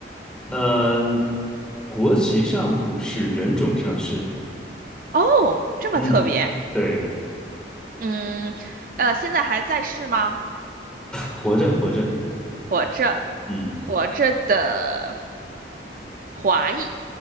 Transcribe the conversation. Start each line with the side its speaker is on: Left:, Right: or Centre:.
Centre: 呃，国籍上不是，人种上是。
Right: 哦，这么特别。
Centre: 嗯，对，
Right: 嗯，呃，现在还在世吗？
Centre: 活着活着。
Right: 活着，
Centre: 嗯
Right: 活着的华裔。